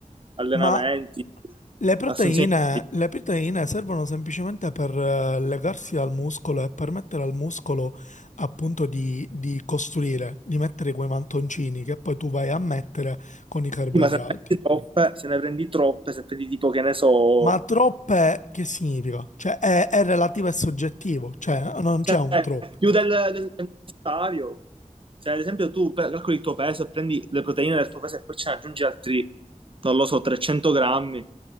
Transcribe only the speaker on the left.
ma le proteine,
le proteine servono semplicemente per eh, legarsi al muscolo e permettere al muscolo appunto di, di costruire, di mettere quei mantoncini che poi tu vai a mettere con i
carboidrati.
Ma troppe che significa? Cioè è, è relativo e soggettivo, cioè non
c'è un troppo.